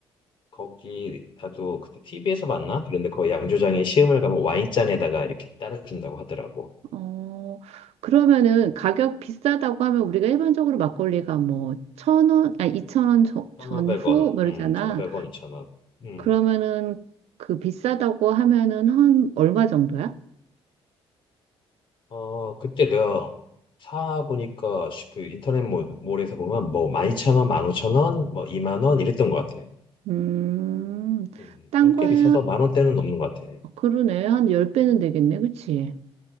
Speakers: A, on the left (about 50°); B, on the right (about 75°).
A: 거기, 나도 그때 TV에서 봤나? 그런데 거기 양조장에 시음을 가면 와인잔에다가 이렇게 따라준다고 하더라고.
B: 어, 그러면은
A: 음,
B: 가격 비싸다고 하면 우리가 일반적으로 막걸리가 뭐 천 원, 아니 이천 원 저-
A: 1,500원,
B: 전후 뭐 이러잖아.
A: 음, 1,500원, 2,000원. 음,
B: 그러면은 그 비싸다고 하면은 한 얼마 정도야?
A: 어, 그때 내가 사보니까 그 인터넷 몰, 몰에서 보면 뭐 12,000원, 15,000원, 뭐이만 오천 원 뭐 이만 원 이랬던 것 같아.
B: 음,
A: 음,
B: 딴
A: 어,
B: 거야?
A: 꽤 비싸서 만 원대는 넘는 것 같아.
B: 어, 그러네. 한 열배는 되겠네. 그치?